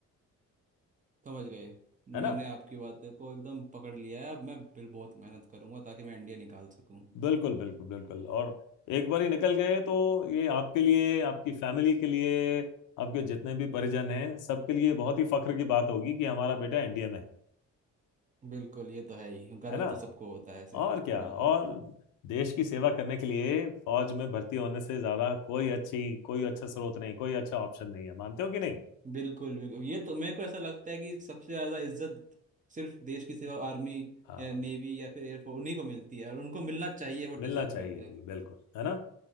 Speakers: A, on the right; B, on the left.
A: समझ गए
B: है ना
A: मैंने आपकी बात को एकदम पकड़ लिया है अब मैं बिल बहुत मेहनत करूंगा ताकि मैं एनडीए निकाल सकूं
B: बिल्कुल बिल्कुल बिल्कुल और एक बार ही निकल गए तो ये आपके लिए आपकी फैमिली के लिए आपके जितने भी परिजन हैं सबके लिए बहुत ही फख्र की बात होगी कि हमारा बेटा एनडीए में है
A: बिल्कुल ये तो है ही गर्व
B: है ना
A: तो सबको होता है ऐसे
B: और क्या
A: बिल्कुल
B: और देश की सेवा करने के लिए फौज में भर्ती होने से ज्यादा कोई अच्छी कोई अच्छा स्रोत नहीं कोई अच्छा ऑप्शन नहीं है मानते हो कि नहीं
A: बिल्कुल बिल्कुल ये तो मेरे को ऐसा लगता है कि सबसे ज्यादा इज्जत सिर्फ देश की सेवा आर्मी
B: हाँ
A: या नेवी या फिर एयरफोर्स उन्हीं को मिलती है और उनको मिलना चाहिए वो
B: मिलना
A: डिजर्व
B: चाहिए
A: करते
B: भी
A: हैं
B: बिल्कुल है ना